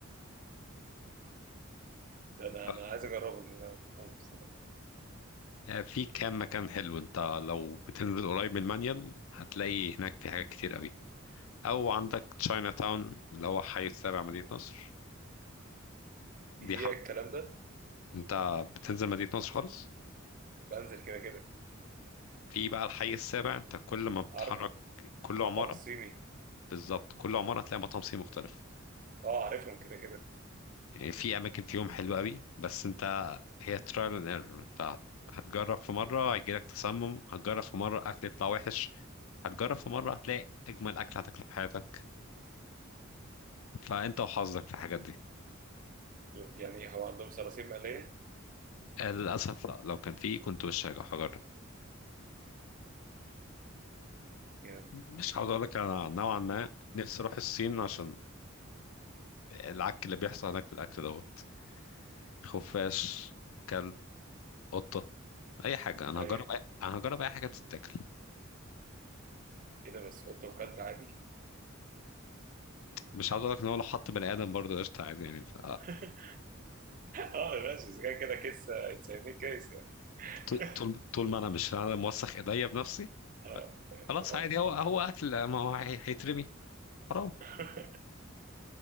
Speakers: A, on the right (about 40°); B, on the left (about 75°).
A: ده انا
B: ف-
A: انا عايز اجربه الموضوع ده بصراحه
B: آه، في كام مكان حلو أنت لو بتنزل قريب من المانيال هتلاقي هناك في حاجات كتير قوي أو عندك تشاينا تاون اللي هو حي السابع مدينة نصر
A: بيبيع
B: دي حرف
A: الكلام ده
B: أنت بتنزل مدينة نصر خالص
A: بنزل كده كده
B: في بقى الحي السابع أنت كل ما بتتحرك
A: عارفه
B: كل
A: مطعم
B: عمارة
A: الصيني
B: بالظبط كل عمارة هتلاقي مطعم صيني مختلف
A: اه عارفهم كده كده
B: يعني في أماكن فيهم حلوة قوي بس أنت هي ترايل اند ايرور أنت هتجرب في مرة هيجيلك تسمم هتجرب في مرة أكل يطلع وحش هتجرب في مرة هتلاقي أجمل أكل هتاكله في حياتك فأنت وحظك في الحاجات دي
A: يعني هو عندهم صراصير مقليه
B: للأسف لا لو كان فيه كنت وش هجرب
A: يعني
B: مش عاوز أقول لك أنا نوعا ما نفسي أروح الصين عشان العك اللي بيحصل هناك في الأكل دوت خفاش كلب قطة أي حاجة أنا
A: ايوه
B: هجرب أي... أنا هجرب أي حاجة تتاكل
A: ايه ده بس قطه وكلب عادي
B: مش عاوز اقول لك ان هو لو حط بني ادم برضه قشطه عادي يعني ف...
A: <laughs> اه ماشي اذا كان كده كيس هيتسميه كيس يعني
B: ط- طول
A: <laughs>
B: طول ما انا مش انا موسخ ايديا بنفسي
A: اه
B: ف- خلاص
A: تمام
B: عادي هو هو اكل ما هو هي- هيترمي حرام
A: <laughs>